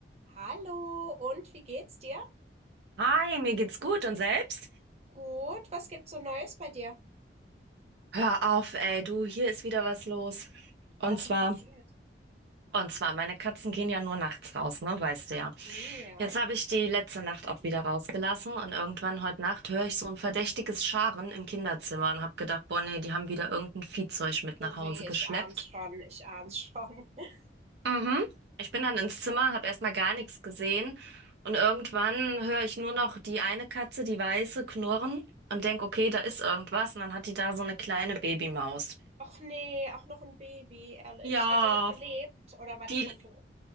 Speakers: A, on the right; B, on the right.
A: Hallo, und wie geht's dir?
B: Hi, mir geht's gut und selbst?
A: Gut, was gibt's so Neues bei dir?
B: Hör auf, ey, du, hier ist wieder was los.
A: Was
B: Und zwar,
A: denn passiert?
B: und zwar, meine Katzen gehen ja nur nachts raus, ne, weißt du ja.
A: Hm, ja.
B: Jetzt habe ich die letzte Nacht auch wieder rausgelassen und irgendwann heute Nacht höre ich so ein verdächtiges Scharen im Kinderzimmer und habe gedacht, boah, nee, die haben wieder irgendein Viehzeug mit
A: Oh
B: nach Hause
A: weh,
B: geschleppt.
A: ich ahn's schon, ich ahn's schon. <laughs>
B: Mhm. Ich bin dann ins Zimmer, habe erstmal gar nichts gesehen und irgendwann höre ich nur noch die eine Katze, die weiße, knurren und denk, okay, da ist irgendwas und dann hat die da so eine kleine Babymaus.
A: Och nee, auch noch ein Baby, ehrlich.
B: Ja,
A: Hat die noch gelebt oder war die
B: die
A: schon tot?